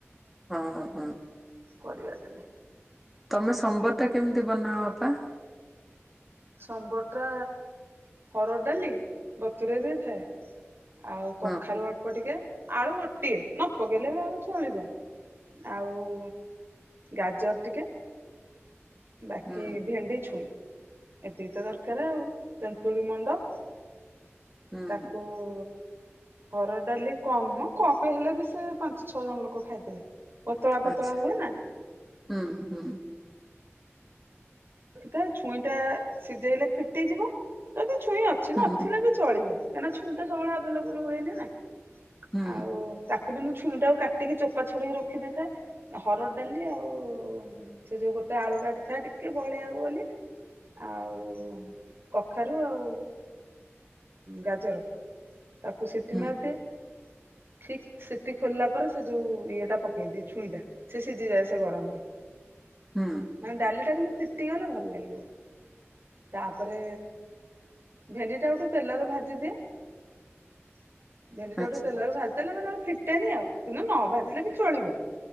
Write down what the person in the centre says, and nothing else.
ହଁ ହଁହୁଁ,
ତମେ ସମ୍ବର ଟା କେମିତି ବନାଅ ଅପା?
ହଁ
ହୁଁ
ହୁଁ
ଆଚ୍ଛା
ହୁଁ ହୁଁ
ହୁଁ
ହୁଁ
ହୁଁ
ହୁଁ
ଆଚ୍ଛା।